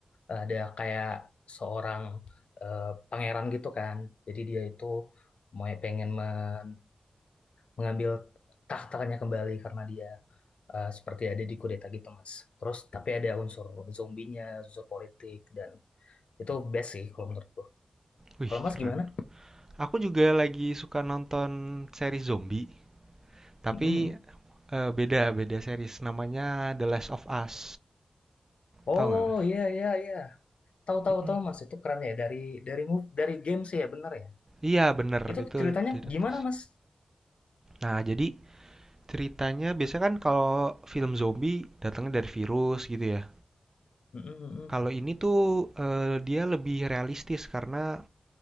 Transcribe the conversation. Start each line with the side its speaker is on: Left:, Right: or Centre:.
Left: ada kayak seorang eh, pangeran gitu kan. Jadi dia itu mau pengen men mengambil tahtanya kembali karena dia eh, seperti ada di kudeta gitu Mas. Terus tapi ada unsur zombinya, unsur politik dan itu best sih kalau menurutku.
Right: Wih,
Left: Kalau Mas
Right: keren.
Left: gimana?
Right: Aku juga lagi suka nonton seri zombie, tapi
Left: Mm-mm.
Right: eh, beda beda series namanya The Last of Us.
Left: Oh
Right: Tahu nggak? Mas?
Left: iya iya iya. Tahu tahu
Right: Mm-mm.
Left: tahu Mas itu keren ya dari dari move dari game sih ya bener ya.
Right: Iya, bener
Left: Itu
Right: itu
Left: ceritanya
Right: diadaptasi.
Left: gimana Mas?
Right: Nah, jadi Ceritanya biasanya kan kalau film zombie datangnya dari virus gitu ya.
Left: Mm-mm, mm-mm.
Right: Kalau ini tuh eh, dia lebih realistis karena